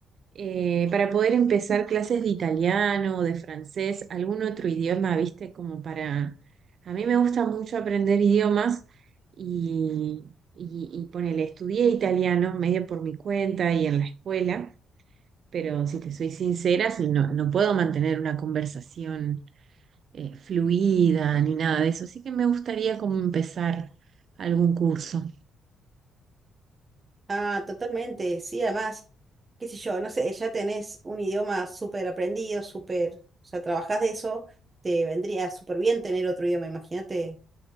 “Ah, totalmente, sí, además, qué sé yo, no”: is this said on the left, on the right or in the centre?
Right